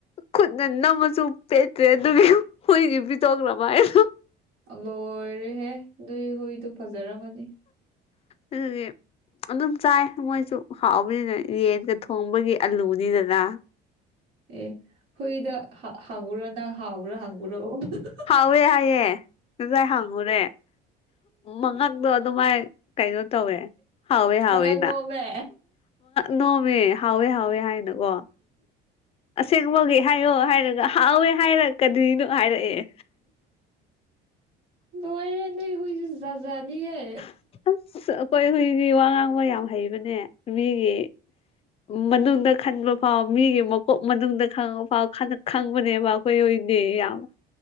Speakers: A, on the left; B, on the right.
A: ꯈꯨꯠꯅ ꯅꯝꯃꯁꯨ ꯄꯦꯠꯇ꯭ꯔꯦ ꯑꯗꯨꯒꯤ ꯍꯨꯏꯒꯤ ꯄꯤꯊꯣꯛ꯭ꯔꯕ ꯍꯥꯏꯅꯣ
B: ꯂꯣꯏꯔꯦꯍꯦ ꯅꯣꯏ ꯍꯣꯏꯗꯨꯣ ꯐꯖꯔꯝꯃꯅꯤ
A: ꯑꯗꯨꯒꯤ ꯑꯗꯨꯝ ꯆꯥꯏ ꯃꯣꯏꯁꯨ ꯍꯥꯎꯕꯅꯤꯅ ꯌꯦꯟꯒ ꯊꯣꯡꯕꯒꯤ ꯑꯂꯨꯅꯤꯗꯅ
B: ꯑꯦ ꯍꯣꯏꯗ ꯍꯉꯣꯔꯅ ꯍꯥꯎꯕ꯭ꯔꯥ ꯍꯪꯕ꯭ꯔꯣꯁ
A: ꯍꯥꯎꯋꯦ ꯍꯥꯏꯌꯦ ꯉꯁꯥꯏ ꯍꯪꯉꯨꯔꯦ ꯃꯉꯛꯇꯣ ꯑꯗꯨꯃꯥꯏ ꯀꯩꯅꯣ ꯇꯧꯋꯦ ꯍꯥꯎꯋꯦ ꯍꯥꯎꯋꯦꯅ
B: ꯃꯉꯛ ꯂꯣꯝꯃꯦ
A: ꯅꯣꯝꯃꯦ ꯍꯥꯎꯋꯦ ꯍꯥꯎꯋꯦ ꯍꯥꯏꯅꯀꯣ ꯑꯁꯦꯡꯕꯒꯤ ꯍꯥꯏꯌꯣ ꯍꯥꯏꯔꯒ ꯍꯥꯎꯋꯦ ꯍꯥꯏꯔꯛꯀꯗꯣꯏꯅꯣ ꯍꯥꯏꯔꯛꯑꯦ
B: ꯂꯣꯏꯔ ꯍꯨꯏꯥꯖꯅꯤꯍꯦ
A: ꯑ <unintelligible> <inaudible> ꯍꯈꯣꯏ ꯍꯨꯏꯒꯤ ꯋꯥ ꯉꯥꯡꯕ ꯌꯥꯝ ꯍꯩꯕꯅꯦ ꯃꯤꯒꯤ ꯃꯅꯨꯡꯗ ꯈꯟꯕ ꯐꯥꯎꯕ ꯃꯤꯒꯤ ꯃꯀꯣꯛ ꯃꯅꯨꯡꯗ ꯈꯪꯥꯎ ꯈꯪꯕꯅꯦꯕ ꯑꯩꯈꯣꯏ ꯍꯣꯏꯗꯤ ꯌꯥꯝ